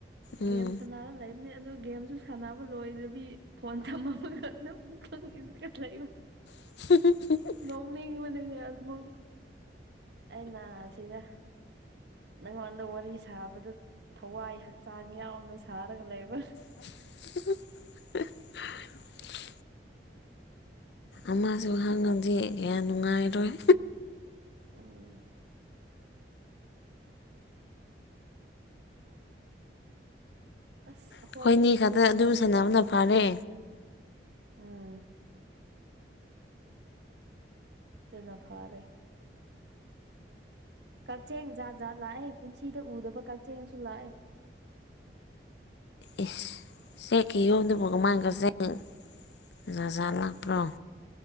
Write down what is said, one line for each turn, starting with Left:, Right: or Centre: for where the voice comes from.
Left: ꯎꯝ
Right: ꯒꯦꯝ ꯁꯅꯥꯔ ꯂꯩ ꯑ ꯒꯦꯝꯁꯨ ꯁꯥꯟꯅꯕ ꯂꯣꯏꯗ꯭ꯔꯕꯤ ꯐꯣꯟ ꯊꯝꯃꯃꯒ ꯑꯗꯨꯝ ꯇꯨꯡ ꯏꯜꯂꯒ ꯂꯩꯕ
Left: <unintelligible>
Right: ꯅꯣꯛꯅꯤꯡꯕꯅꯤꯅꯦ ꯑꯗꯨꯝ ꯑꯩꯅ ꯁꯤꯗ ꯅꯉꯣꯟꯗ ꯋꯥꯔꯤ ꯁꯥꯕꯗ ꯊꯋꯥꯏ ꯍꯛꯆꯥꯡ ꯌꯥꯎꯅ ꯁꯥꯔꯒ ꯂꯩꯕ꯭ꯔ
Left: <unintelligible> ꯑꯃꯁꯨ ꯍꯥꯡꯉꯗꯤ ꯌꯥꯝ ꯅꯨꯡꯉꯥꯏꯔꯣꯏ
Right: ꯎꯝ ꯑꯁ ꯑꯩꯈꯣꯏ
Left: ꯑꯩꯈꯣꯏꯅꯤ
Right: ꯌꯨꯝꯁꯦ
Left: ꯈꯛꯇ
Right: ꯀꯛꯆꯦꯡ
Left: ꯑꯗꯨꯝ ꯁꯥꯟꯅꯕꯅ
Right: ꯌꯝꯃꯥꯟꯕꯒꯤ
Left: ꯐꯔꯦ
Right: ꯌꯥꯗꯩ ꯎꯝ ꯑꯗꯨꯅ ꯐꯥꯔꯦ ꯀꯛꯆꯦꯡ ꯖꯥꯠ ꯖꯥꯠ ꯂꯥꯛꯑꯦ ꯄꯨꯟꯁꯤꯗ ꯎꯗꯕ ꯀꯛꯆꯦꯡꯁꯨ ꯂꯥꯛꯑꯦ
Left: ꯑꯦꯁ ꯆꯦꯛꯀꯤ ꯌꯨꯝ ꯗꯨꯕꯨ ꯀꯃꯥꯏ ꯀꯛꯆꯦꯡ ꯖꯥꯠ ꯖꯥꯠ ꯂꯥꯛꯄ꯭ꯔꯣ